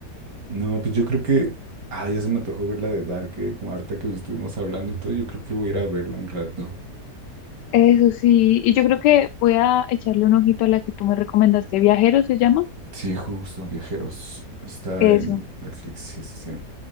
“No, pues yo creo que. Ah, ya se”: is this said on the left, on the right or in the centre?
Right